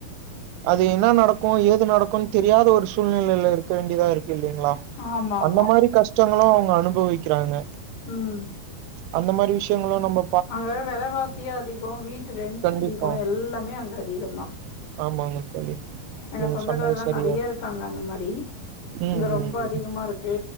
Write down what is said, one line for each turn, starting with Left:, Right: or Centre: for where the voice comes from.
Right: அது என்ன நடக்கு ஏது நடக்கும்னு தெரியாத ஒரு சூழ்நிலையில இருக்க வேண்டியதா இருக்கு இல்லைங்ளா
Left: ஆமா ஆமா
Right: அந்த மாறி கஷ்டங்களு அவுங்க அனுபவிக்கிறாங்க
Left: ம்
Right: அந்த மாரி விஷ்யங்களு நம்ப
Left: அங்க வெலவாசி அதிக வீட்டு ரெண்ட்
Right: கண்டிப்பா
Left: அதிக எல்லாமே அங்க அதிகந்தா
Right: ஆமாங்க தோழி
Left: எங்க
Right: நீங்க
Left: சொந்தக்கார
Right: சொன்னது சரியா
Left: நெறைய இருக்காங்க அந்த மாறி
Right: ம்
Left: இங்க
Right: ம்
Left: ரொம்ப
Right: ம்
Left: அதிகமா இருக்கு